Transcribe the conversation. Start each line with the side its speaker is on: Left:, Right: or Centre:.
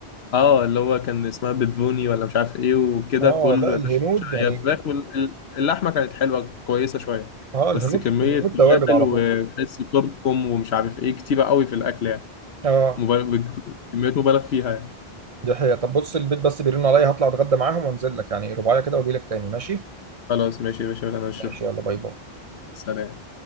Left: اه اللي هو كان اسمها بيبوني ولا مش عارف ايه وكده
Right: اه
Left: كله
Right: لا
Left: يا
Right: الهنود
Left: باشا
Right: يعني
Left: هي فراخ واللحمه كانت حلوه كويسه شويه
Right: اه الهنود
Left: بس كميه
Right: الهنود
Left: توابل
Right: توابل على
Left: وتحس
Right: طول
Left: كركم ومش عارف ايه كتيره قوي في الاكل يعني
Right: اه
Left: مبالغ كميات مبالغ فيها يعني
Right: دي حقيقة طب بص البيت بس بيرن عليا هطلع اتغدى معاهم وانزل لك يعني رباعية كده واجي لك تاني ماشي
Left: خلاص ماشي يا باشا ولا انا اشوفك
Right: ماشي يلا باي باي
Left: سلام